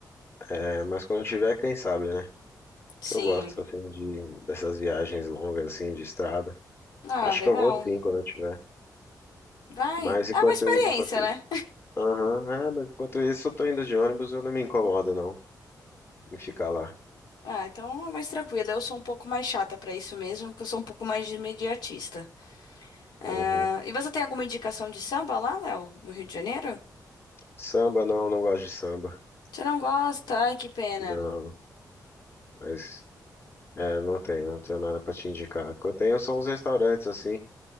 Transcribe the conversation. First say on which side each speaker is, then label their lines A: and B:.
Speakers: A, on the left; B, on the left.
A: É, mas quando eu tiver, quem sabe, né?
B: Sim.
A: Que eu gosto assim de dessas viagens longas assim de estrada.
B: Ah,
A: Acho
B: legal.
A: que eu vou sim quando eu tiver.
B: Vai.
A: Mas enquanto
B: É uma experiência,
A: enquanto,
B: né?
A: aham, é, mas enquanto isso eu tô indo de ônibus, eu não me incomodo não em ficar lá.
B: Ah, então é mais tranquilo. Eu sou um pouco mais chata pra isso mesmo, porque eu sou um pouco mais de imediatista. Ah,
A: Uhum.
B: e você tem alguma indicação de samba lá, Léo, no Rio de Janeiro?
A: Samba não, não gosto de samba.
B: Você não gosta? Ai, que pena.
A: Não, mas é, não tenho, não tenho nada pra te indicar. O que eu tenho são uns restaurantes assim